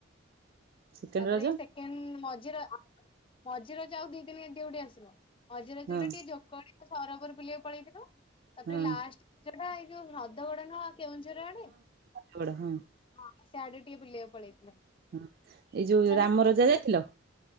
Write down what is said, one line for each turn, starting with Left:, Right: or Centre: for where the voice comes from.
Right: ସେକେଣ୍ଡ
Left: ତାପରେ
Right: ରଜ
Left: ଏଇ ସେକେଣ୍ଡ ମଝିରେ ମଝି ରଜ ଆଉ ଦି ଦିନି ଡିୟୁଟି ଆସିନୁ। ମଜି ରଜ
Right: ହଁ
Left: ରେ ଟିକେ ଯୋକଳି ସରବର ବୁଲିବାକୁ ପଳେଇଥିଲୁ ତାପରେ
Right: ହଁ
Left: ଲାଷ୍ଟ ଯୋଉଟା ଏଇ ଯୋଉ ହ୍ରଦଗୁଡ଼ା ନୁହଁ କେଉଁଝର ଆଡେ
Right: <unintelligible> ହଁ
Left: ହଁ ସେଆଡକୁ ଟିକେ ବୁଲିବାକୁ ପଳେଇଥିଲୁ।
Right: ହଁ ଏଇ ଯୋଉ
Left: ସିଆଡେ
Right: ରାମ ରଜା ଯାଇଥିଲ।